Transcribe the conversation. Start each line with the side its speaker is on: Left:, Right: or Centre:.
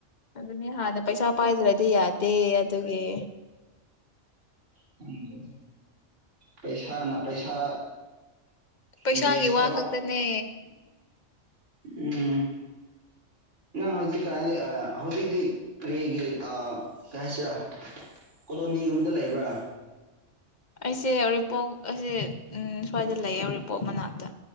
Left: ꯑꯗꯨꯅꯤ ꯍꯥꯟꯅ ꯄꯩꯁꯥ ꯄꯥꯏꯗ꯭ꯔꯗꯤ ꯌꯥꯗꯦ ꯑꯗꯨꯒꯤ
Right: ꯀꯥꯟꯗ꯭ꯔꯦꯗ ꯄꯩꯁꯥꯅ ꯄꯩꯁꯥ
Left: ꯄꯩꯁꯥꯒꯤ
Right: ꯏꯟꯚꯦꯁ
Left: ꯋꯥ
Right: ꯇꯧꯕ
Left: ꯈꯛꯇꯅꯦ
Right: ꯎꯝ ꯅꯪ ꯍꯧꯖꯤꯛꯀꯥꯟꯅꯗꯤ ꯍꯧꯖꯤꯛꯇꯤ ꯀꯔꯤꯒꯤ ꯀꯩ ꯍꯥꯏꯁꯤꯔꯥ ꯀꯣꯂꯣꯅꯤꯒꯨꯝꯕꯗ ꯂꯩꯕ꯭ꯔꯥ
Left: ꯑꯩꯁꯦ ꯎꯔꯤꯄꯣꯛ ꯑꯩꯁꯦ ꯁ꯭ꯋꯥꯏꯗ ꯂꯩꯌꯦ ꯎꯔꯤꯄꯣꯛ ꯃꯅꯥꯛꯇ